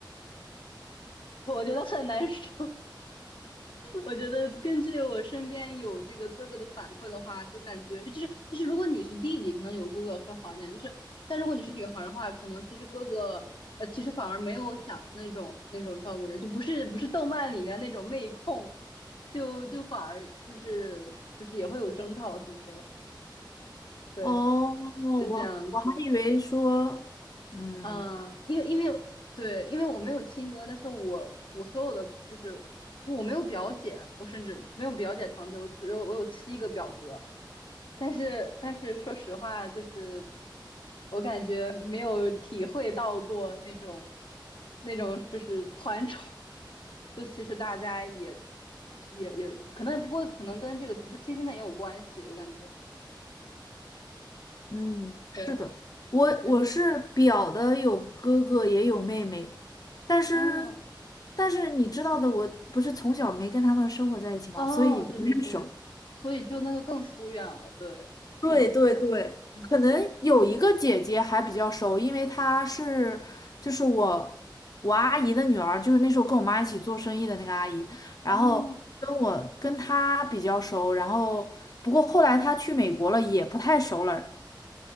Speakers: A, on the left (about 85°); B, on the left (about 50°).
A: 我觉得很难说。我觉得根据我身边有这个哥哥的反馈的话，就感觉就是就是如果你是弟弟，可能有哥哥会好一点，就是但如果你是女孩的话，可能其实哥哥呃其实反而没有想的那种那种照顾人，就不是不是动漫里面那种妹控，就就反而就是就是也会有争吵什么的，对，
B: 哦，我我还以为说，
A: 是这样子。
B: 嗯。
A: 嗯，因为因为对，因为我没有亲哥，但是我我所有的就是就我没有表姐，我甚至没有表姐堂姐，我只有我有七个表哥，但是但是说实话，就是我感觉没有体会到过那种那种就是团宠，就其实大家也也也可能不过可能跟这个不是亲生的也有关系，我感觉
B: 嗯，是的，
A: 对
B: 我我是表的有哥哥也有妹妹，
A: 是
B: 但是
A: 哦
B: 但是你知道的，我不是从小没跟他们生活在一起嘛，
A: 哦，
B: 所以不太熟。
A: 对对对，所以就那个更疏远了，对，是这样，
B: 对对对，
A: 嗯，
B: 可能有一个姐姐还比较熟，因为她是就是我我阿姨的女儿，就是那时候跟我妈一起做生意的那个阿姨，然后跟我跟她比较熟，
A: 哦，
B: 然后不过后来她去美国了，也不太熟了。